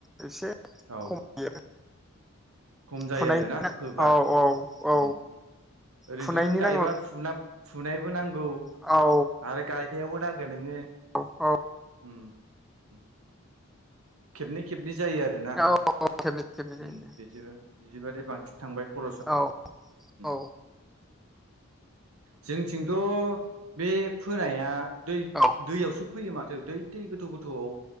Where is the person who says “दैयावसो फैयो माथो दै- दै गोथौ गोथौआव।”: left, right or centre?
Right